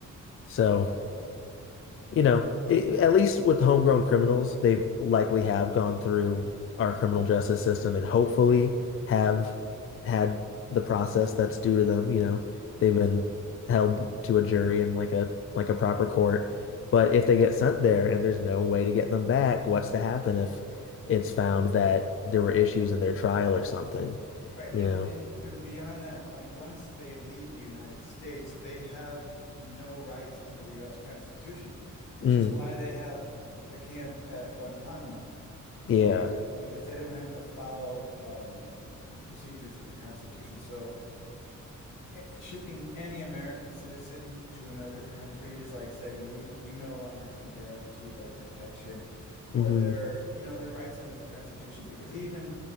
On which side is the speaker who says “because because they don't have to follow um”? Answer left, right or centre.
Left